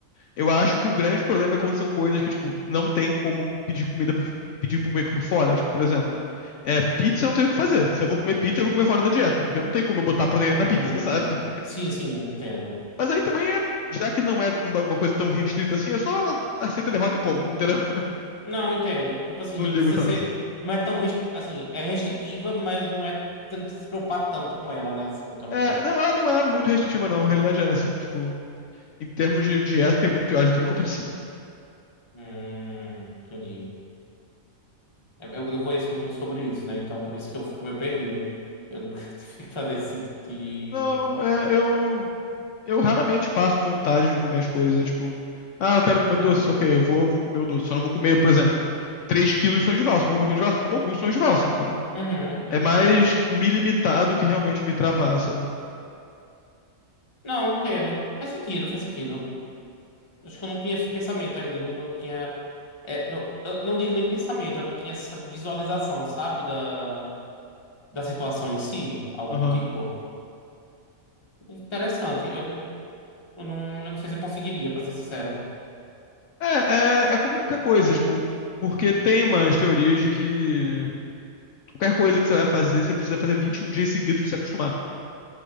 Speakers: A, on the left; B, on the left.
A: Eu acho que o grande problema é quando são coisas que, tipo, não tem como pedir comida por, pedir por meio que por fora. Tipo, por exemplo, é, pizza eu não tenho o que fazer. Se eu vou comer pizza, eu vou comer fora da dieta, porque não tem como eu botar proteína na
B: Hum,
A: pizza, <laughs> sabe?
B: sim, sim, entendo.
A: Mas aí também é, já que não é uma, uma coisa tão restrita assim, eu só aceito a derrota e como, entendeu? <laughs>
B: Não, entendo. Tipo assim,
A: Não
B: não
A: ligo
B: precisa
A: tanto.
B: ser. Não é tão. res- Assim, é restritiva, mas não é. Você não precisa se preocupar tanto com ela, né? Assim, também.
A: É, não, ela não é muito restritiva, não. A realidade é essa. Tipo, em termos de dieta, tem muito pior, já gente tem nem comparação. <laughs>
B: Hum, entendi. Eu eu não conheço muito sobre isso, né? Então por isso que eu fico meio perdido. Eu nunca <laughs> tive que fazer esse tipo de.
A: Não, é, eu, eu raramente passo vontade de comer as coisas. é Tipo, ah, eu quero comer
B: Uhum,
A: doce. Ok, eu vou, vou comer o doce. Só não vou comer, por exemplo, 3 quilos de sonho de valsa. Eu Vou comer coisa de valsa? Como alguns sonhos de valsa, entendeu?
B: uhum, uhum.
A: É mais me limitar do que realmente me travar, sabe?
B: Não, entendo. Faz sentido, faz sentido. Acho que eu não tinha esse pensamento ainda. Não, não tinha. é, não, eu não digo nem pensamento, eu não tinha essa visualização, sabe? Da, da situação em si, algo
A: Aham.
B: do tipo. Interessante. Eu, eu, não, eu não sei se eu conseguiria, pra ser sincero.
A: É, é, é como qualquer coisa, tipo, porque tem umas teorias de que qualquer coisa que você vai fazer, você precisa fazer 21 dias seguidos pra se acostumar.